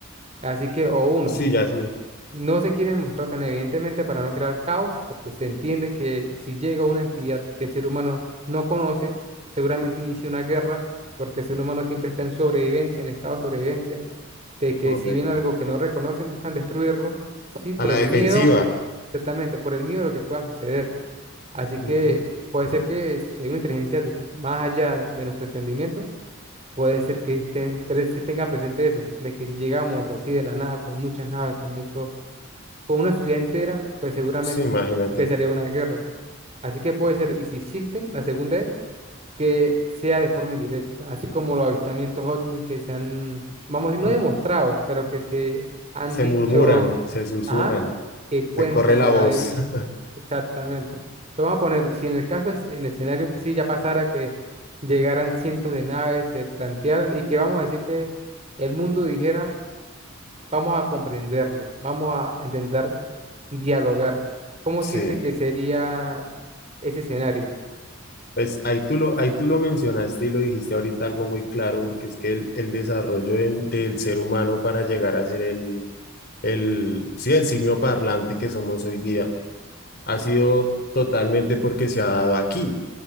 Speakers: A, on the right; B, on the left.
A: Así que, o uno,
B: sí, ya sí,
A: no se quieren mostrar tan evidentemente para no crear caos, porque se entiende que si llega una entidad que el ser humano no conoce, seguramente inicia una guerra, porque el ser humano siempre está en sobrevivencia, en estado de sobrevivencia, de que
B: correcto.
A: si viene algo que no reconocen, buscan destruirlo, sí, por
B: A la
A: el
B: defensiva.
A: miedo, exactamente, por el miedo a lo que pueda suceder. Así que
B: Ujú,
A: puede ser que si hay una inteligencia di- más allá de nuestro entendimiento, puede ser que estén, pre- se tenga presente eso, de que si llegamos así de la nada, con muchas naves, con muchos con una ciudad entera, pues seguramente
B: Sí, imagínate.
A: empezaría una guerra. Así que puede ser, y si existen, la segunda es que sea de forma indirecta, así como los avistamientos ovni que se han, vamos a decir, no
B: <laughs>
A: demostrados, pero que se han
B: se
A: dicho,
B: murmuran, se susurran,
A: ajá, que cuentan
B: se corre la
A: por
B: voz.
A: ahí,
B: <laughs>
A: exactamente. Lo vamos a poner, si en el caso es, en el escenario que sí ya pasara, que llegaran cientos de naves, se plantearan, y que vamos a decir que el mundo dijera, Vamos a comprenderlo, vamos a intentar dialogar. ¿Cómo
B: Sí,
A: siente que sería ese escenario?
B: pues ahí tú lo, ahí tú lo mencionaste y lo dijiste ahorita algo muy claro, porque es que el, el desarrollo en- del ser humano para llegar a ser el, el, sí, el simio parlante que somos hoy día ha sido totalmente porque se ha dado aquí.